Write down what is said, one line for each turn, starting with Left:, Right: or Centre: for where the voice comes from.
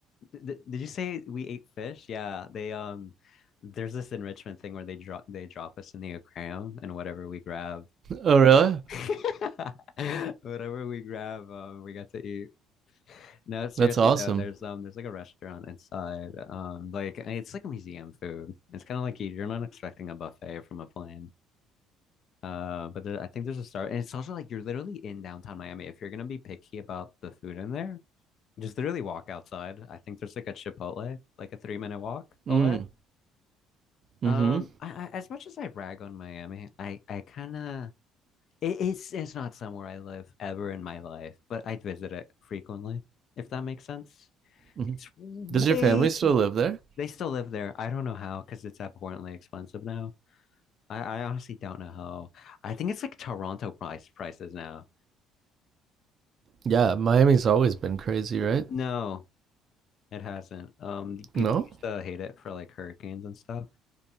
Left: Th- did you say we ate fish? Yeah, they um, there's this enrichment thing where they drop they drop us in the aquarium and whatever we grab,
Right: Oh, really?
Left: <laughs> whatever we grab, um, we got to eat. No, seriously
Right: That's awesome.
Left: though, there's um there's like a restaurant inside. Um like it's like a museum food. It's kind of like you- you're not expecting a buffet from a plane. Uh but there, I think there's a star, and it's also like you're literally in downtown Miami. If you're gonna be picky about the food in there, just literally walk outside. I think there's like a Chipotle, like a three minute walk
Right: Mm.
Left: away.
Right: Mm-hmm.
Left: Um I, I as much as I rag on Miami, I I kind of it, it's it's not somewhere I live ever in my life, but I'd visit it frequently, if that makes sense.
Right: hmm
Left: It's way.
Right: Does your family still live there?
Left: They still live there. I don't know how because it's abhorrently expensive now. I, I honestly don't know how. I think it's like Toronto price prices now.
Right: Yeah, Miami's always been crazy, right?
Left: No, it hasn't. Um, the people
Right: No?
Left: used to hate it for like hurricanes and stuff.